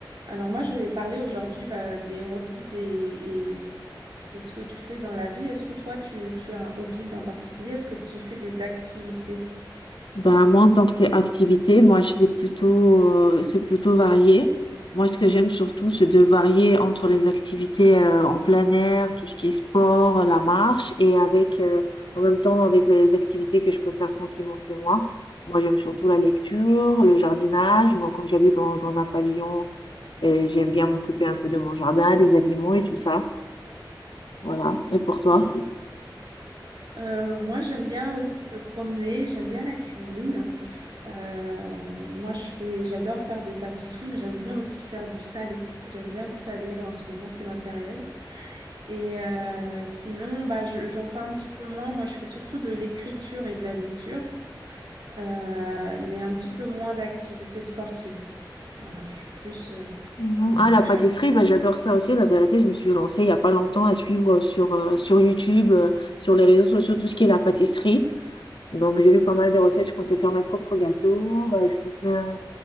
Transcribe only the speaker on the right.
Alors moi, je voulais parler aujourd'hui bah, des hobbies et, et, et ce que tu fais dans la vie. Est-ce que toi, tu, tu as un hobby en particulier? Est-ce que tu fais des activités?
Euh, moi, j'aime bien aussi me promener, j'aime bien la cuisine. Euh, moi, je fais, j'adore faire des pâtisseries, mais j'aime bien aussi faire du salé. J'aime bien le salé. En ce moment, c'est ma période. Et euh, sinon, bah, je- j'en fais un petit peu moins. Moi, je fais surtout de l'écriture et de la lecture, euh, mais un petit peu moins d'activités sportives. Voilà, je suis plus, euh, plus
euh,
créative.